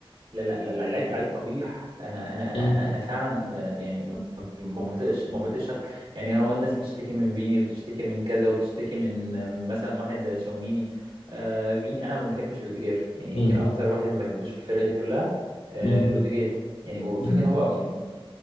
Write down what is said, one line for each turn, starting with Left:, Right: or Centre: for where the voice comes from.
Right: لا لا لا لعيب لعيب قبيح انا انا انا
Left: مم.
Right: انا انا فعلا يعني ما ما بطيقش ما بطيقش أك- يعني هو الناس بتشتكي من فيني وبتشتكي من كذا وبتشتكي من من مثلا واحد زي تشاوميني آه فين انا ما بحبش روديجير يعني
Left: مم.
Right: يمكن اكتر واحد ما بحبوش في الفرقه دي كلها آه
Left: مم.
Right: روديجير يعني وفكرة
Left: مم.
Right: ان هو يعني